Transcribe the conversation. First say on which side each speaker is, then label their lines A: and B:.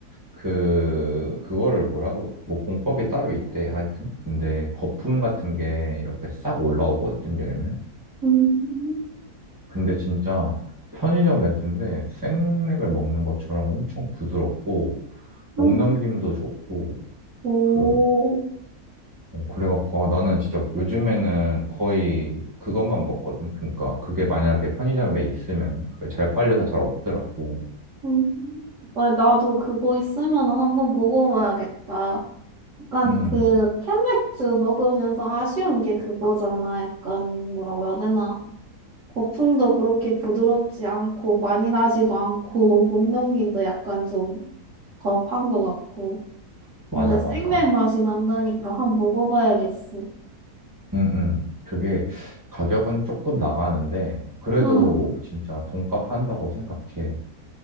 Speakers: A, on the right (about 15°); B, on the right (about 60°).
A: 그, 그거를 뭐라고, 뭐 공법이 따로 있대. 하여튼. 근데 거품 같은 게 이렇게 싹 올라오거든, 열면.
B: 음,
A: 근데 진짜 편의점 맥주인데 생맥을 먹는 것처럼 엄청 부드럽고 목넘김도
B: 응,
A: 좋고
B: 오.
A: 그 어, 그래갖고 아, 나는 진짜 요즘에는 거의 그것만 먹거든. 그러니까 그게 만약에 편의점에 있으면 그게 잘 팔려서 잘 없더라고.
B: 음. 어, 나도 그거 있으면 한번 먹어봐야겠다. 약간
A: 음
B: 그 캔맥주 먹으면서 아쉬운 게 그거잖아. 약간 뭐라고 해야 되나? 거품도 그렇게 부드럽지 않고 많이 나지도 않고 목 넘김도 약간 좀 겁한 것 같고.
A: 맞아
B: 근데 생맥
A: 맞아.
B: 맛이 난다니까 한번 먹어봐야겠어.
A: 음 음. 그게 가격은 조금 나가는데 그래도
B: 음,
A: 진짜 돈값 한다고 생각해.